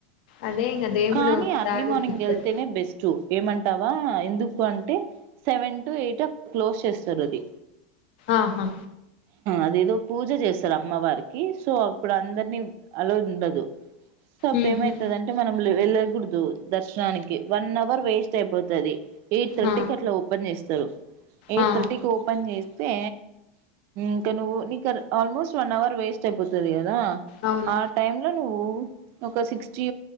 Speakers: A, on the left; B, on the right.
A: అదే ఇంగ దేవుడు
B: కానీ అర్లీ
A: దారి
B: మార్నింగ్
A: చూపిస్తాడు
B: వెళ్తేనే బెస్ట్ ఏమన్ వా ఎందుకు అంటే సెవెన్ టు ఎయిట్ క్లోజ్ చేస్తారు అది
A: ఆహా
B: అదేదో పూజ చేస్తారు అమ్మవారికి సో అప్పుడు అందరినీ అల్లో ఉండదు స
A: ఉమ్,
B: ప్రేమ
A: ఉమ్.
B: అయితాదంటై మ వెళ్ళకూడదు దర్శనానికి వన్న్ అవర్ వేస్ట్ అయిపోతది ఎయిట్ థర్టీ
A: ఆ
B: కి అట్లా ఓపెన్ చెస్ <unintelligible> ఎయిట్
A: ఆ
B: థర్టీకి ఓపెన్ చే తే ఇక నువ్వు నీక ఆల్మోస్ట్ వన్ అవర్ వేస్ట్ అయిపోతది కదా
A: అవును
B: ఆ టైమ్ లో నువ్వు ఒక సిక్స్టీ